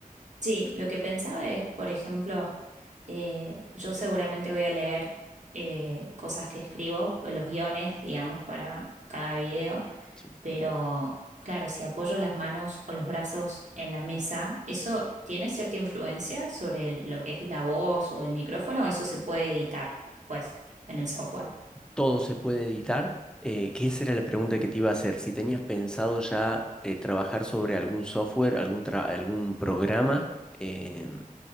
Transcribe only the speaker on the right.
sí, lo que pensaba es, por ejemplo, eh, yo seguramente voy a leer eh, cosas que escribo, pues, los guiones, digamos, para cada video.
pero claro, si apoyo las manos o los brazos en la mesa, ¿eso tiene cierta influencia sobre lo que es la voz o el micrófono? ¿O eso se puede editar después en el software?